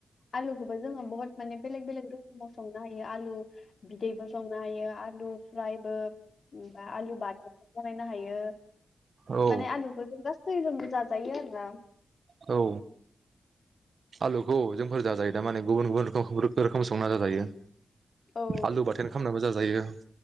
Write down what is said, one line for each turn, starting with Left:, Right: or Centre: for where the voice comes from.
Left: आलुखौबो जोङो बहुत माने बेलेग बेलेग रोखोमाव संनो हायो आलु बिदैबो संनो हायो आलु फ्रायबो बा आलु बाथोनबो बानायनो हायो
Right: औ
Left: माने आलुखौ जों गासै जोंबो जाजायो आरोना
Right: औ आलुखौ जोंफोर जाजायो दा माने गुबुन गुबुन रोखोम रोखोम संना जाजायो
Left: औ
Right: आलु बाथोन खालामनाबो जाजायो